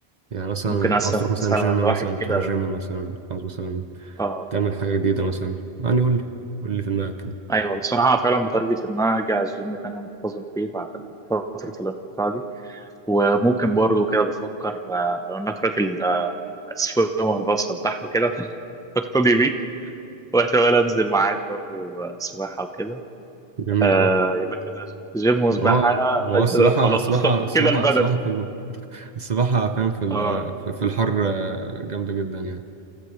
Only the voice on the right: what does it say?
يعني مثلا
عاوز تروح مثلا
جيم
مثلا
تروح جيم مثلا عاوز مثلا
تعمل حاجة جديدة مثلا يعني قول لي قول لي في دماغك كده
جميل
أوي
ما هو ما هو السباحة
السباحة
السباحة
السباحة في ال- السباحة فاهم في ال-
في في الحر آه، جامدة جدا يعني